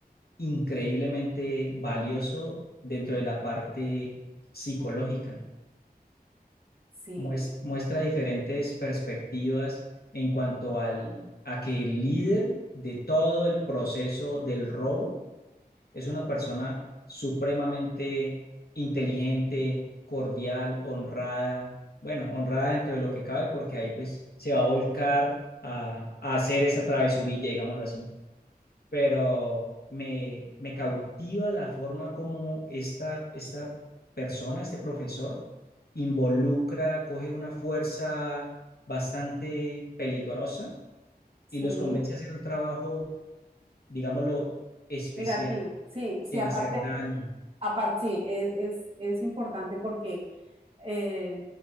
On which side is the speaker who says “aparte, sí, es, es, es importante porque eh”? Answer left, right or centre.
Right